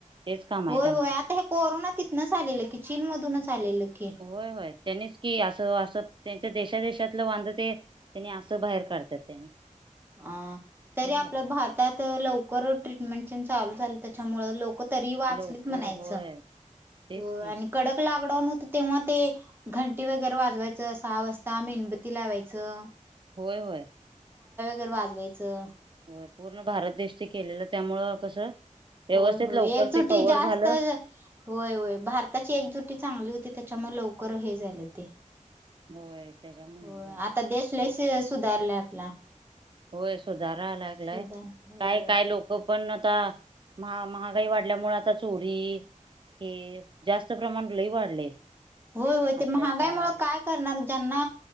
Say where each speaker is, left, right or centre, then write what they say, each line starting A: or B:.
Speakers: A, on the right; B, on the right.
A: तेच काम आहे
B: होय-होय
A: त्यांना
B: आता हे कोरोना तिथनंच आलेलं की चीन मधूनच आलेलं की.
A: होय-होय त्यांनीच की असं-असं त्यांच्या देशा देेशातलं वांध ते त्यांनी असं बाहेर काढतात त्यांनी
B: अ तरी
A: झाले
B: आपल्या भारतात लवकर ट्रीटमेंट चालू झालं त्याच्यामूळ लोक तरी वाचलीच
A: लवकर
B: म्हणायचं
A: होय तेच
B: हो
A: की
B: आणि कडक लॉकडाऊन होत तेव्हा ते घंटी वगैरे वाजवायचं सहा वाजता मेणबत्ती लावायचं.
A: होय-होय
B: तर वाजवायचं.
A: हो पूर्ण भारत देश ते केलेलं त्यामुळ कसं व्यवस्थित
B: होय होय
A: लवकर
B: एकजुटी
A: ते कव्हर
B: जास्त
A: झालं
B: होय होय भारताची एकजुटी चांगली होती त्याच्यामुळे लवकर हे झालं ते
A: होय त्याच्यामुळे
B: हो
A: हे झालं
B: आता देश लय सुधारलंय आपला.
A: होय सुधाराय लागलाय
B: सुधार होय.
A: काय-काय लोक हो पण आता महा महागाई वाढल्यामुळे आता चोरी हे जास्त प्रमाण लही वाढले.
B: होय-होय ते
A: अत्याचार
B: महागाई मूळ काय करणार ज्यांना